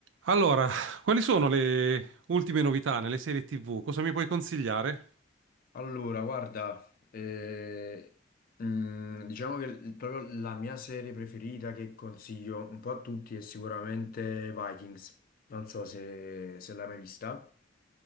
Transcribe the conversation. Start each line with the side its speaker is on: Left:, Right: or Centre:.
Right: Allora, quali sono le ultime novità nelle serie TV? Cosa mi puoi consigliare?
Left: Allora, guarda, eh, mm, diciamo che il- proprio la mia serie preferita che consiglio un po' a tutti è sicuramente Vikings. Non so se, se l'hai mai vista.